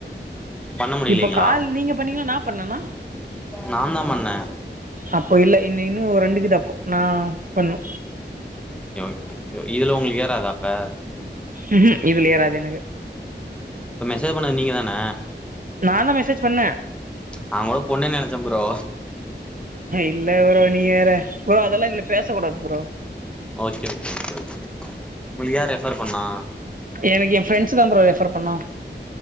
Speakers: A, in the centre; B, on the right (about 45°).
A: பண்ண முடியலைங்களா
B: இப்ப கால் நீங்க பண்ணிங்களா நா பண்ணனா
A: நா தா பண்ணே
B: அப்போ இல்ல இன்னு இன்னு ஒரு ரெண்டுக்குது அப்போ நா பண்ணு
A: ஓகே ஓகே இதுல உங்களுக்கு ஏறதா அப்ப
B: ம்ஹூம் இதுல ஏறாது எனக்கு
A: இப்ப மெசேஜ் பண்ணது நீங்க தான
B: நான்தா மெசேஜ் பண்ணே
A: நா கூட பொண்ணுன்னு நெனைச்ச ப்ரோ
B: இல்ல ப்ரோ நீங்க வேற, ப்ரோ அதெல்லா இதுல பேசக் கூடாது bro
A: okay okay okay okay உங்களுக்கு யார் ரெஃபர் பண்ணா
B: எனக்கு என் ஃப்ரண்ட்ஸ்தா ப்ரோ ரெஃபர் பண்ணா